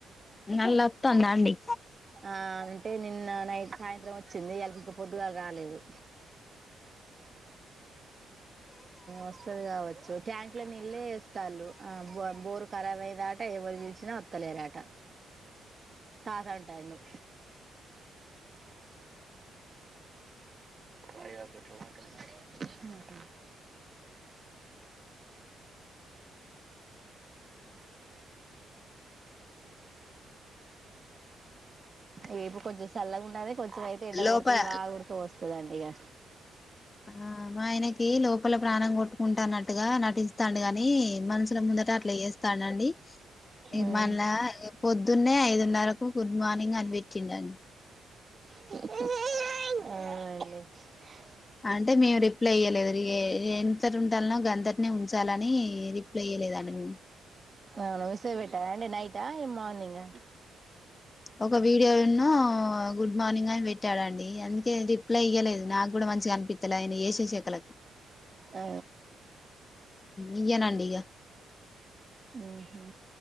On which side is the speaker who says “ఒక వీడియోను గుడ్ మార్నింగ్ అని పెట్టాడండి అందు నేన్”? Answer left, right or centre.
Left